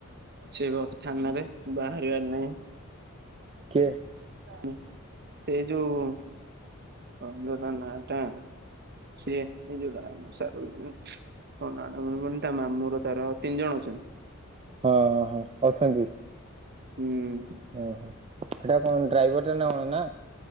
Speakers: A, on the right (about 50°); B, on the right (about 30°).
A: ସେ ବା ଥାନାରେ ବାହାରିବାର ନାହିଁ
B: କିଏ
A: ହୁଁ ସେ ଯୋଉ କଁତ ତା ନା ଟା ସିଏ ଏ ଯୋଉଟା ଆମ ସା କଁ ନା ଟା ମନେପଡୁନି ତା ମାମୁଁ ର ତାର ତିନି ଜଣ ଅଛନ୍ତି।
B: ହଁ ହଁ ଅଛନ୍ତି।
A: ହୁଁ
B: ଓହୋ ସେଇଟା କଣ ଡ୍ରାଇଭର ଟା ନା କଣ ନା